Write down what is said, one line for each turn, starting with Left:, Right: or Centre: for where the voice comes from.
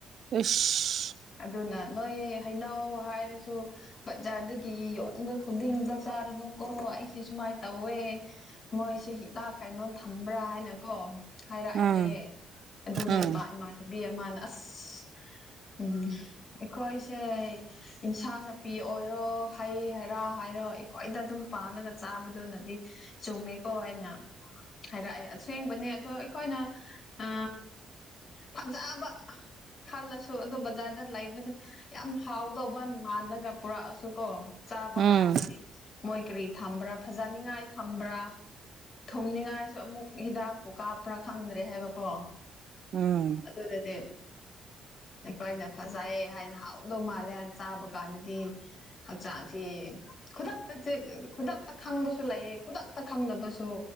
Right: ꯏꯁꯁ
Left: ꯑꯗꯨꯅ ꯅꯣꯏ ꯍꯩꯅꯧ ꯍꯥꯏꯔꯁꯨ ꯕꯖꯥꯔꯗꯒꯤ ꯌꯣꯟꯕ ꯈꯨꯗꯤꯡꯗ ꯆꯥꯔꯨꯅꯨꯀꯣ ꯑꯩꯁꯦ ꯁꯨꯃꯥꯏꯅ ꯇꯧꯋꯦ ꯃꯣꯏꯁꯦ ꯍꯤꯗꯥꯛ ꯀꯩꯅꯣ ꯊꯝꯕꯔ꯭ ꯍꯥꯏꯅꯀꯣ ꯍꯥꯏꯔꯛꯑꯦ
Right: ꯎꯝ
Left: ꯍꯥꯏꯌꯦ ꯑꯗꯨꯅ
Right: ꯎꯝ
Left: ꯏꯄꯥ ꯏꯃꯥꯟꯅꯕꯤ ꯑꯃꯅ ꯑꯁ ꯎꯝ ꯑꯩꯈꯣꯏꯁꯦ ꯏꯟꯁꯥꯡ-ꯅꯥꯄꯤ ꯑꯣꯏꯔꯣ ꯍꯩ ꯍꯩꯔꯥ ꯍꯥꯏꯔꯣ ꯑꯩꯈꯣꯏꯗ ꯑꯗꯨꯝ ꯄꯥꯜꯂꯒ ꯆꯥꯕꯗꯨꯅꯗꯤ ꯆꯨꯝꯃꯦꯀꯣ ꯍꯥꯏꯅ ꯍꯥꯏꯔꯛꯑꯦ ꯑꯁꯦꯡꯕꯅꯦ ꯑꯗꯣ ꯑꯩꯈꯣꯏꯅ ꯑ ꯐꯖꯕ ꯈꯜꯂꯁꯨ ꯑꯗꯨ ꯖꯥꯥꯔꯗ ꯂꯩꯕꯗ ꯌꯥꯝ ꯍꯥꯎꯗꯧꯕ ꯃꯥꯜꯂꯒ ꯄꯨꯔꯛꯑꯁꯨ ꯀꯣ ꯆꯥꯕ
Right: ꯎꯝ
Left: ꯀꯥꯟꯗꯗꯤ ꯃꯣꯏ ꯀꯔꯤ ꯊꯝꯕ꯭ꯔꯥ ꯐꯖꯅꯤꯡꯉꯥꯏ ꯊꯝꯕ꯭ꯔꯥ ꯊꯨꯝꯅꯤꯡꯉꯥꯏꯁꯨ ꯑꯃꯨꯛ ꯍꯤꯗꯥꯛꯄꯨ ꯀꯥꯞꯄ꯭ꯔꯥ ꯈꯪꯗ꯭ꯔꯦ ꯍꯥꯏꯕꯀꯣ
Right: ꯎꯝ
Left: ꯑꯗꯨꯗꯗꯤ ꯑꯩꯈꯣꯏꯅ ꯐꯖꯩꯌꯦ ꯍꯥꯏꯅ ꯍꯥꯎꯗꯧ ꯃꯥꯜꯂꯦꯅ ꯆꯥꯕ ꯀꯥꯟꯗꯗꯤ ꯍꯛꯆꯥꯡꯁꯤ ꯈꯨꯗꯛꯇ ꯈꯨꯗꯛꯇ ꯈꯪꯕꯁꯨ ꯂꯩꯌꯦ ꯈꯨꯗꯛꯇ ꯈꯪꯗꯕꯁꯨ